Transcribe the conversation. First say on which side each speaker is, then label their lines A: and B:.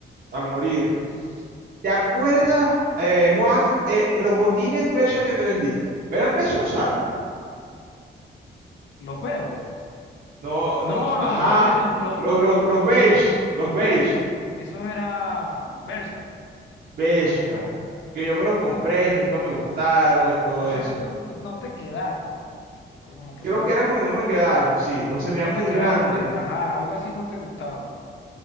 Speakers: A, on the right; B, on the left.
A: a morir. ¿Te acuerdas, eh, Juan, eh, los botines Bershka que te vendí? ¿Eran beige o Zara?
B: los verdes.
A: No,
B: No,
A: no,
B: los,
A: ajá.
B: los, gri- lo-
A: Los,
B: no,
A: los,
B: lo-
A: los
B: lo-
A: beige, los
B: los
A: beige.
B: beige, esos eran Bershka.
A: Bershka. Que yo me los compré y nunca me gustaron y todo
B: No, no
A: eso.
B: te, no te, no te quedaron. Creo como que
A: Creo
B: fue la
A: que era
B: cosa.
A: porque no me quedaron, sí. O se me
B: No
A: dan
B: te
A: muy
B: quedaron,
A: grandes.
B: bi- ajá, algo así no te gustaba.